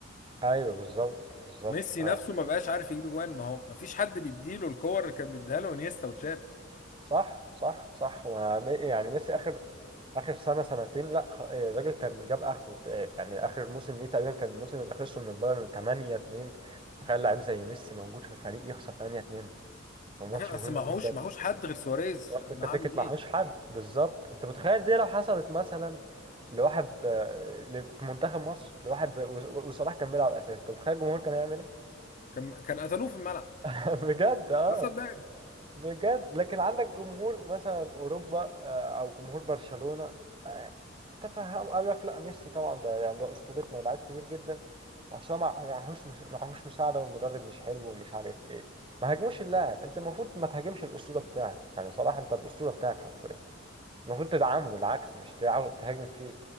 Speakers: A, on the right; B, on the left.
A: <laughs> ايوه بالظبط بالظبط
B: ميسي نفسه ما بقاش عارف يجيب جوان ما هو مفيش حد بيديله الكور اللي كان بيديها له انيستا وتشافي
A: صح صح صح وم- يعني ميسي اخر اخر سنه سنتين لا خ- إيه، الراجل كان جاب اخره تعب. يعني اخر موسم ليه تقريبا كان الموسم اللي خسره من البايرن 8 2 تخيل لعيب زي ميسي موجود في فريق يخسر 8 2 وماتش
B: ما هي اصل
A: مهم
B: معهوش
A: جدا
B: معهوش حد غير سواريز
A: بس هو الفكره
B: انا هعمل
A: فكره
B: ايه
A: معهوش حد بالظبط انت متخيل دي لو حصلت مثلا لواحد آه، ل- في منتخب مصر لواحد زي و- و- وصلاح كان بيلعب اساسي انت متخيل الجمهور كان هيعمل ايه
B: كان كان قتلوه في الملعب
A: <laughs> بجد اه
B: خلاص صدقني
A: بجد لكن عندك جمهور مثلا اوروبا آه، او جمهور برشلونة آه، تفهم قال لك لا ميسي طبعا ده يعني ده اسطورتنا ولاعيب كبير جدا عشان ما هو معهوش مش- معهوش مساعدة والمدرب مش حلو ومش عارف ايه ما هاجموش اللاعب انت المفروض ما تهاجمش الاسطورة بتاعك يعني صلاح انت الاسطورة بتاعك حرفيا المفروض تدعمه العكس مش تع- تهاجم فيه